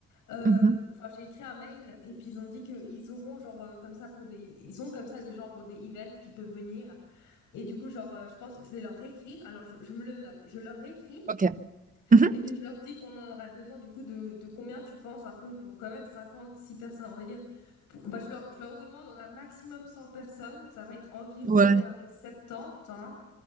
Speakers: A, on the left (about 85°); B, on the right (about 25°).
A: euh,
B: Mhm.
A: Enfin, j'ai écrit un mail et puis ils ont dit qu'ils auront genre euh, comme ça pour des, ils ont comme ça des gens pour des events qui peuvent venir. Et du coup, genre, euh, je pense que je vais leur écrire. Alors, je, je me le note. Je leur écris
B: Ok. Mhm.
A: et puis je leur dis qu'on en aurait besoin du coup de de combien tu penses un peu pour quand même cinquante six personnes, on va dire. pour- bah, je leur je leur demande on a maximum 100 personnes. Ça va être environ
B: Ouais.
A: vers les 70, hein.